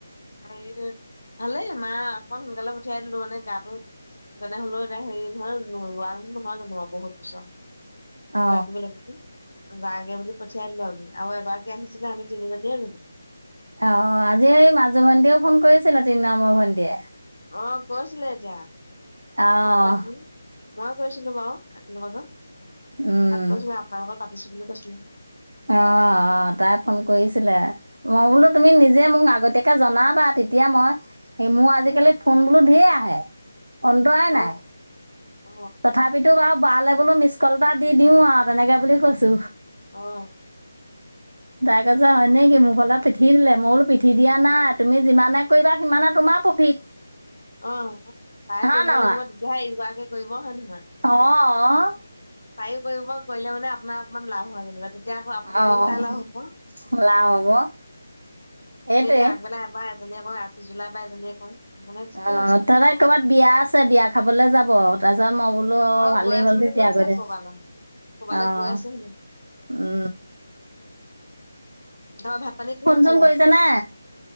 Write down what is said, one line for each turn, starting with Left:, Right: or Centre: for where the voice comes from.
Left: <inaudible> ভালেই মা অকণ সোনকালে পঠিয়াই দিলো মানে গাটো যেনে হ'লেও এতিয়া হেৰি ধৰা নোৱাৰ। নহয় জনোৱা বহুত বচৰ
Right: অ
Left: কিবা, কিব লাগিছিল। যাগে বুলি পঠিয়াই দিলো আমি, আৰু এগৰাকী আহিছিলে আমি তিনিজনীয়ে ৰুলো।
Right: অ, আজি এই মাজু ভণ্টীয়েও ফোন কৰিছিলে তিন নামৰ ভণ্টিয়ীয়ে।
Left: অ, কৈছিলে এতিয়া।
Right: আহ।
Left: ফোন কৰিছিলে, মই কৈছিলো বাৰু একেলগত
Right: উম,
Left: তাক কৈছো আপোনাৰ লগত পাতিছো বুলি কৈছিলে।
Right: অ' তাই ফোন কৰিছিলে। মই বোলো তুমি নিজে মোক আগতীয়াকে জনাম। পা, তেতিয়া মই মোৰ আজিকালি ফোন বোলু ধঢেৰ আহে। অন্তৰাই নাই
Left: অ অ
Right: তথাপিতো বাৰু। বালে, বোলো মিছকল এটা দি দিও আৰু তেনেকে বুলি কৈছো।
Left: আহ।
Right: দাই কজা হয়, নে কি মোক অলপ পিঠি দিলে। মোলো পিঠি দিয়া নাই, তুমি যিমানে কৰিবা সিমানে তোমাৰ প্ৰফিট।
Left: অ' তাই
Right: হয়
Left: কৰিব
Right: নহয়?
Left: লাগিব দুহাই এগৰাকৰাকে কৰিব হয়ে, নহয়।
Right: অ'।
Left: তায়ো কৰিব, কৰিলে মানে আপোনাৰ অকনমান লাভ হয় যেনিবা। এতিয়া আকৌ আপুনি
Right: অ',
Left: কৰিম তাই লভ হ'ব।
Right: লাভ হ'ব সেইটোৱে।
Left: আমি এতিয়া আগবেলা এবাৰ এজনীয়ে কওঁ আৰু পিছবেলা এবাৰ এজনীয়ে কওঁ। ঠিকেই
Right: অ,
Left: আছে
Right: তাতে কৰ'ৰবাত বিয়া আছে বিয়া খাবলৈ যাব। তাৰপিছত মই ফু'ল
Left: অ
Right: ভালে
Left: গৈ আছো
Right: হ'ল
Left: বুলি
Right: তেতিয়া
Left: কৈছে
Right: আগৰে।
Left: কৰবালৈ কৰবালৈ
Right: আহ,
Left: গৈ আছে হেনো
Right: উ।
Left: দাবা ভাত-পানি কিহে খালে
Right: চোন কৰিছে
Left: আজি।
Right: নে?